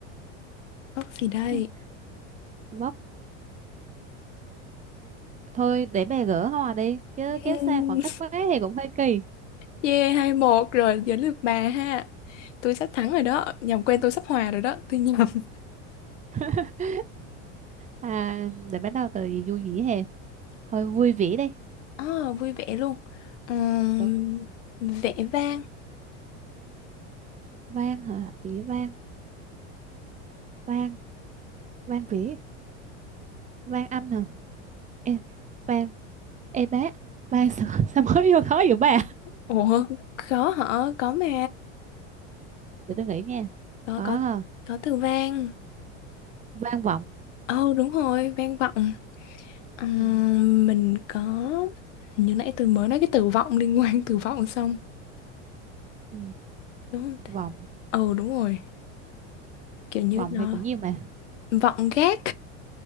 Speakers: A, on the left; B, on the right.
A: Vóc gì đây?
B: <laughs> vóc thôi để bà gỡ hoa đi chứ kéo
A: Ừm,
B: xa khoảng cách quá thì cũng hơi kỳ
A: Yeah, 2-1 rồi, giờ lượt bà ha. Tôi sắp thắng rồi đó. Nhầm quen tôi sắp hòa rồi đó. Tôi nhầm. <laughs>
B: <laughs> à để bắt đầu từ gì vui vẻ hè hơi vui vẻ đi
A: Ờ, vui vẻ luôn. Ừm,
B: đúng
A: vẻ vang.
B: vang hả vĩ vang vang vang vỉ vang âm hả Ê, Vang, ê bác, Vang sao, sao mới vô khó vậy bà?
A: Ủa, khó hả? Có mà.
B: Để tôi nghĩ nha.
A: Có,
B: Có
A: có, có từ vang.
B: vang vọng.
A: Ồ, đúng rồi, vang vọng. Ờ,
B: Ừ.
A: mình có như nãy tôi mới nói cái từ vọng liên quan từ vọng xong
B: Ừ.
A: đúng không ta?
B: Vọng,
A: ừ đúng rồi kiểu như
B: vọng
A: nó
B: thì cũng nhiều mà.
A: vọng gác